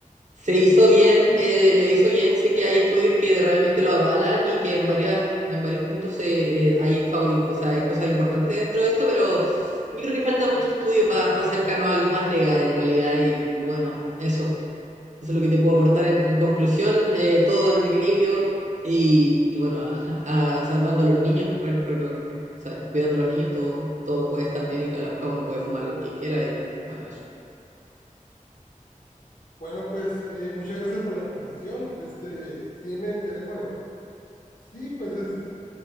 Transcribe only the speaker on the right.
se hizo bien, eh, le hizo bien, sé que hay estudios que realmente lo avalan y que en varias, en varios puntos se, eh, hay favori- o sea, hay cosas importantes dentro de esto, pero yo creo que falta mucho estudio para acercarnos a algo más legal en realidad y y bueno, eso. Eso es lo que te puedo aportar en, en conclusión, eh, todo en equilibrio y, y bueno, a- a- salvando a los niños, re- reco- o sea, cuidando a los niños, todo, todo puede estar bien y cada, cada uno puede fumar lo que quiera y bueno, eso.